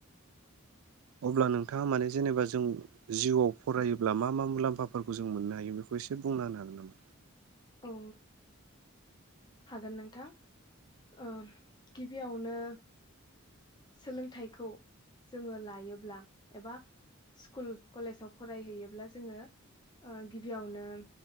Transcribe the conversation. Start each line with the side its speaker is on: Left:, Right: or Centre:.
Right: अब्ला नोंथाङा माने जेनेबा जों जिउआव फरायोब्ला मा मा मुलाम्फाफोरखौ जों मोननो हायो बेखौ एसे बुंना होनो हागोन नामा?
Left: औ। हागोन नोंथां। ओ गिबियावनो सोलोंथाइखौ जोङो लायोब्ला एबा स्कुल कलेजाव फरायहैयोब्ला जोङो गिबियावनो